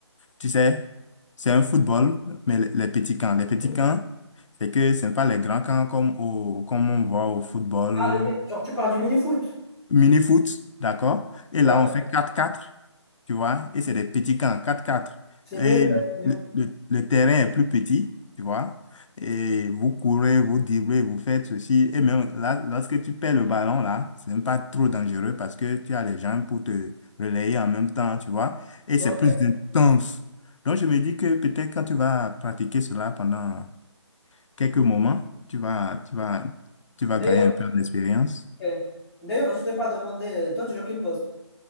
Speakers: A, on the left; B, in the centre.
A: Tu sais, c'est un football, mais les les petits camps. Les petits camps, c'est que ce n'est pas les grands camps comme, au, comme on voit au football
B: Ah, le mi- genre, tu parles du mini-foot.
A: mini-foot, d'accord? Et
B: Ouais,
A: là, on fait quatre quatre, tu vois? Et c'est des petits camps, quatre quatre.
B: c'est
A: Et
B: mieux, ouais, c'est mieux.
A: le, le- le terrain est plus petit, tu vois? Et vous courez, vous dribblez, vous faites ceci. Et même là, lorsque tu perds le ballon, là, c'est même pas trop dangereux parce que tu as les gens pour te relayer en même temps, tu vois? Et
B: Ok.
A: c'est plus intense. Donc, je me dis que peut-être quand tu vas pratiquer cela pendant quelques moments, tu vas, tu vas, tu vas
B: D'ailleurs,
A: gagner un peu d'expérience.
B: Ok. D'ailleurs, je t'ai pas demandé, euh, toi tu joues quel poste?